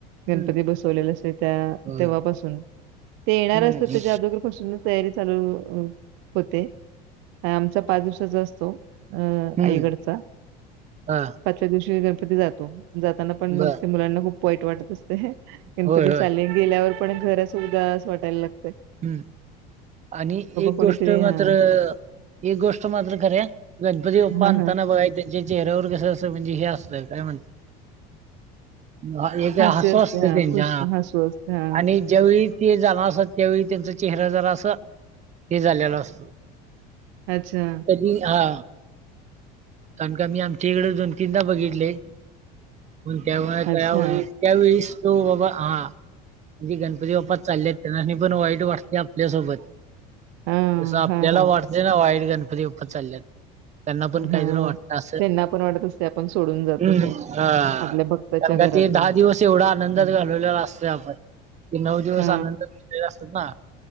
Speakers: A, on the right (about 65°); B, on the right (about 35°).
A: गणपती
B: हम्म
A: बसवलेला असतो त्या
B: होय
A: तेव्हापासून, ते येणार
B: हम्म
A: असतात त्याच्या अदोगरपासूनच चालू होते. आणि आमच्या पाच दिवसाचा असतो. अ
B: हम्म
A: आईकडचा
B: हा
A: पाचव्या दिवशी गण जातो, जाताना पण मग
B: बर
A: मुलांना खूप वाईट वाटत असते. गणपती
B: होय
A: चालले
B: होय
A: गेल्यावर पण घर असं, उदास वाटायला लागतं.
B: हम् आणि एक
A: कोणीतरी
B: गोष्ट मात्र
A: हा
B: अ एक गोष्ट मात्र खरंय गणपती बाप्पा
A: हा
B: आणताना,
A: हा
B: बघायचं त्यांच्या चेहऱ्यावर कसं असं म्हणजे हे असं काय म्हणता <unintelligible> एक
A: हास्य
B: हसू
A: असते
B: असतं,
A: हा
B: त्यांच्या
A: खुश हसू असते हा
B: आणि ज्यावेळी ते जाणार असतात, त्यावेळी त्यांचा चेहरा जरा असं हे झालेला असतो.
A: अच्छा
B: कधी, हा कारण, का मी आमच्या इकडे दोन तीनदा बघितले तेव्हा त्यावेळेस
A: अच्छा
B: त्यावेळीस तो बाबा हा म्हणजे गणपती बाप्पा चाललेत, त्यांना पण वाईट वाटते आपल्यासोबत
A: हा
B: जसं आपल्याला
A: हा हा
B: वाटतंय ना, वाईट गणपती बाप्पा चाल्यात. त्यांना आपण
A: हा
B: कायजर वाटलं असं,
A: त्यांना पण वाटत असते आपण सोडून जातो
B: हम्म
A: हे
B: हा.
A: आपल्या भक्ताच्या
B: कारणं
A: घरातून
B: का ते दहा दिवस एवढा आनंदात
A: हं.
B: घालवलेला असतोय आपण, की नऊ दिवस
A: हा
B: आनंदात गेलेले असतात ना.